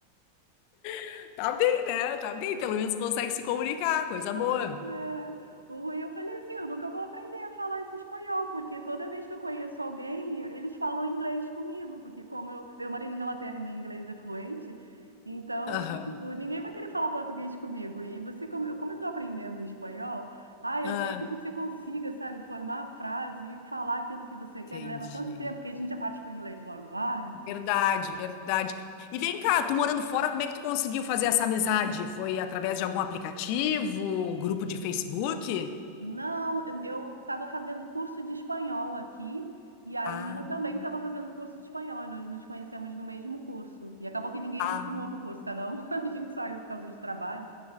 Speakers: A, on the left (about 45°); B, on the right (about 80°).
A: <laughs> Tá bem, né? Tá bem, pelo menos consegue se comunicar, coisa
B: Pois
A: boa.
B: é. O eu falei assim, eu nunca vou aprender a falar esse espanhol, porque toda vez que eu conheço alguém, eles falam inglês comigo, porque como eu, eu moro na Inglaterra, meu inglês é fluente, então,
A: Aham.
B: tipo, ninguém vai querer falar português comigo. E você, como, como eu tô aprendendo espanhol, ai,
A: Ah,
B: até que você consiga, sabe, formar a frase e falar aquilo que você quer,
A: entendi.
B: leva tanto tempo que a gente já parte pro inglês logo. Ai,
A: Verdade, verdade. E vem cá, tu morando fora, como é que tu conseguiu fazer essa amizade? Foi através de algum aplicativo, grupo de Facebook?
B: Não, eu estava fazendo curso de espanhol aqui, e aí
A: Ah,
B: ela também estava fazendo curso de espanhol, e nós nos conhecemos no mesmo curso. E acabou que ninguém
A: ah,
B: continuou no curso, cada um <laughs> a gente saiu por causa de trabalho,